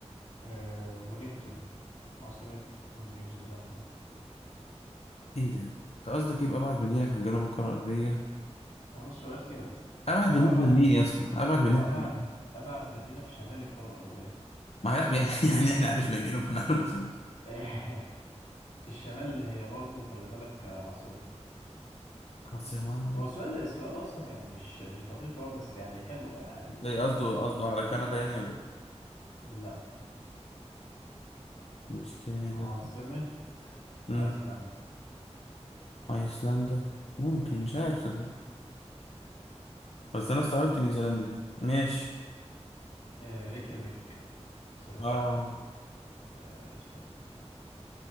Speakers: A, on the left; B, on the left.
A: آه ويلينغتون عاصمة نيوزيلندا
B: إيه ده أنت قصدك يبقى أبعد مدينة في الجنوب الكرة الأرضية
A: أهو السؤال كده
B: أبعد
A: طب
B: بالنسبة
A: أبعد
B: لمين يا اسطى أبعد
A: طب
B: بالنسبة
A: أبعد
B: لمين
A: أبعد مدينة في شمال الكرة الأرضية
B: ما هي- <laughs> يعني احنا عرفنا الجنوب هنعرف الشمال
A: <laughs> في الشمال هي برضو خلي بالك آه، عاصمة
B: عاصمة
A: هو السؤال السؤال أصلا يعني مش مش دقيق أوي بس يعني حلو عادي
B: زي قصده
A: حاجة تعرف
B: قصده على كندا يعني ولا إيه؟
A: لا
B: مش كندا
A: عاصمة
B: امم
A: أيسلندا
B: ايسلندا ممكن مش عارف صدق بس انا استغربت نيوزيلندا دي ماشي
A: آه ريكيافيك عاصمة
B: اه
A: آه أيسلندا